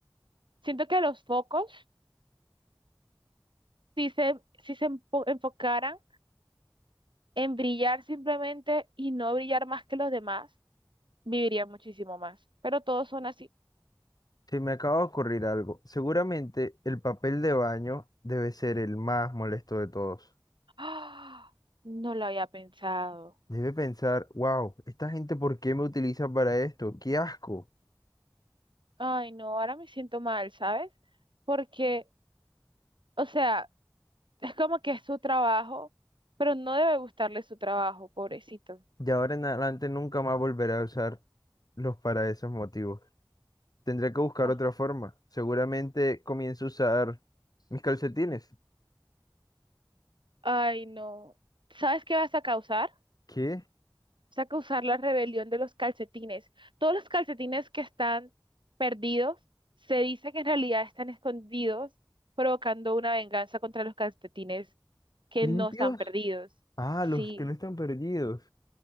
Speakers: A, on the right; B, on the left.
A: siento que los focos... si se, si se enfo- enfocaran en brillar simplemente y no brillar más que los demás, vivirían muchísimo más. Pero todos son así.
B: Se me acaba de ocurrir algo. Seguramente el papel de baño debe ser el más molesto de todos.
A: ¡Ah! No lo había pensado.
B: Debe pensar, wow, ¿esta gente por qué me utiliza para esto? ¡Qué asco!
A: Ay, no, ahora me siento mal, ¿sabes? Porque, o sea, <laughs> es como que es su trabajo, pero no debe gustarle su trabajo, pobrecito.
B: Y ahora en adelante nunca más volveré a usarlos para esos motivos. Tendré que buscar
A: Ah.
B: otra forma. Seguramente comienzo a usar mis calcetines.
A: Ay, no. ¿Sabes qué vas a causar?
B: ¿Qué?
A: vas a causar la rebelión de los calcetines. Todos los calcetines que están perdidos se dice que en realidad están escondidos, provocando una venganza contra los calcetines que
B: ¿Limpios?
A: no están perdidos.
B: Ah,
A: Sí,
B: los que no están perdidos.